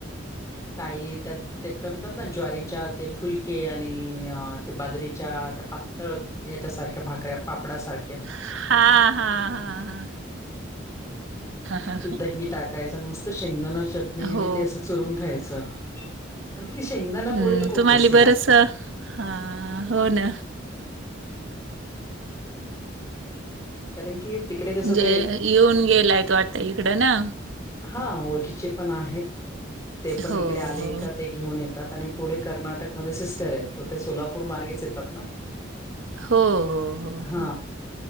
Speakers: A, on the left; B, on the right.
A: काही त्यात् ते काय म्हणतात ना ज्वारीच्या ते फुलके आणि ते बाजरीच्या त्या पातळ याच्यासारख्या भाकऱ्या. पापडा सारक्या.
B: हा हा हा हा
A: ते दही टाकायचं आणि मस्त शेंगदाणा चटणी
B: हो
A: आणि ते असं चुरून खायचं. आणि तितती शेंगदाना
B: हम्म
A: पोळी तर खूप
B: तुम्हाला
A: टेस्टी
B: बरच
A: लागते.
B: हा हो ना.
A: कारण की तिकडे कसं
B: म्हणजे
A: ते
B: येऊन गेलाय तो वाटत इकडं ना
A: हा ओळखीचे पण आहेत ते पण
B: हो
A: इकडे आले
B: हो
A: का ते घेऊन येत आणि पुढे कर्नाटकमध्ये सिस्टर आहेत ते सोलापूर मार्गेच येतात ना
B: हो हो हो
A: हा
B: हो